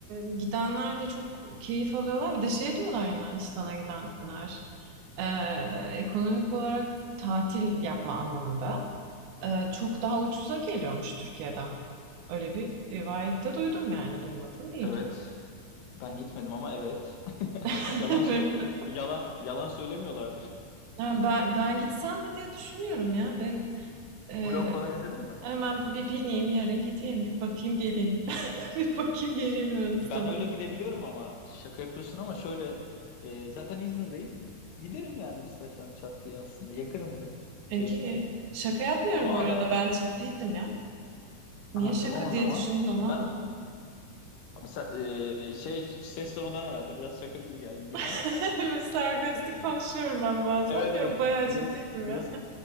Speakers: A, on the right (about 80°); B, on the left (about 70°).
A: e, gidenler de çok keyif alıyorlar. Bir de şey diyorlar Yunanistan'a gidenler. e, ekonomik olarak tatil yapma anlamında. e, çok daha ucuza geliyormuş Türkiye'den. Öyle bir rivayette duydum yani duymadım değil.
B: Evet. Ben gitmedim ama evet.
A: <laughs>
B: Yalan sö yalan yalan söylemiyorlardır.
A: Yani ben ben gitsem mi diye düşünüyorum ya. Ben e,
B: Blog falan izledin mi?
A: hemen bir
B: Hiç.
A: bineyim yarın gideyim bir bakayım geleyim. <laughs> Bir bakayım
B: Hiç.
A: geleyim Yunanistan'a.
B: Ben öyle gidebiliyorum ama şaka yapıyorsun ama şöyle e, zaten İzmir'deyim. Giderim yani istersem çat diye aslında. Yakınım da
A: Ege
B: Çeşme'ye.
A: şaka yapmıyorum
B: Ama
A: bu
B: ada
A: arada ben ciddiydim ya. Niye
B: ha
A: şaka
B: tamam o
A: diye
B: zaman.
A: düşündün onu
B: Ben
A: anlamadım.
B: Abi sen- e, şey ses tonundan herhalde biraz şaka gibi geldi
A: <laughs>
B: bilmem.
A: Böyle Sarkastik
B: <laughs>
A: konuşuyorum ben
B: E-
A: bazen
B: Evet
A: de
B: evet
A: yok, bayağı
B: biraz
A: ciddiydim
B: biraz
A: ya.